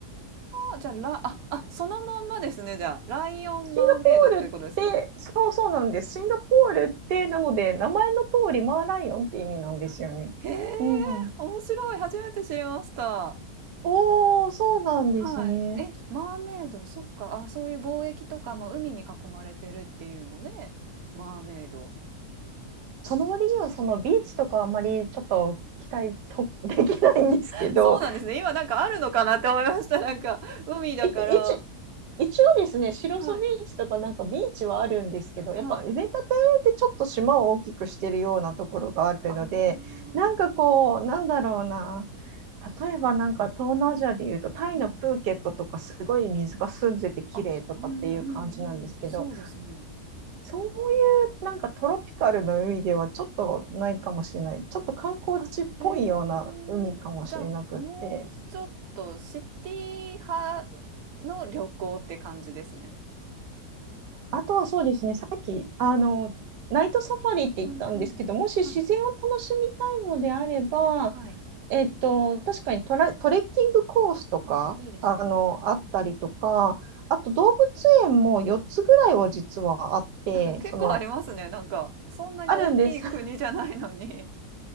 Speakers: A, on the right; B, on the right.
A: あじゃあ、らあ、あ、そのまんまですね、じゃあ。ライオン、
B: シンガポールって、
A: マーメイドっていうことですね。
B: そうそうなんです。シンガポールって、なので、名前の通りマーライオンって意味なんですよね。
A: あ、へえ、
B: うん。
A: 面白い、初めて知りました。
B: おー、そうなんですね。
A: はい。え、マーメイド、そっか。あ、そういう貿易とか、まあ、海に囲まれてるっていうので、マーメイド。
B: その割にはそのビーチとかあんまりちょっと期待と <laughs> できないんですけど、
A: <laughs> そうなんですね。今なんかあるのかなって思いました。<laughs> なんか、海だから。
B: えっと、一、一応ですね、白磯ビーチとかなんかビーチはあるんですけど、
A: はい。
B: やっぱ埋め立
A: はい。
B: てでちょっと島を大きくしてるようなところがあるので、
A: ああ。
B: なんかこう、なんだろうな、例えばなんか東南アジアでいうと、
A: はい。
B: タイのプーケットとかすごい水が澄んでて綺麗とかっていう感じなんですけど、
A: うんうん。あ、うんうんうん。そうですね。
B: そういうなんかトロピカルの海ではちょっとないかもしれない、ちょっと観光地っぽいような海かもしれなくって。
A: あ、へえ。じゃあ、もうちょっとシティ派の旅行って感じですね。
B: あとはそうですね、さっき、あの、ナイトサファリって言ったんですけど、
A: うんうん。
B: もし自然を楽しみたいのであれば、
A: はい。はい。
B: えっと、確かにトラ、トレッキングコースとか、
A: あ、いいですね。
B: あの、あったりとか、
A: うんうん。
B: あと動物園も4つぐらいは実はあって、
A: <laughs> 結構ありますね。
B: その、
A: なんか、そんなに大きい国じゃないのに。
B: あるんです。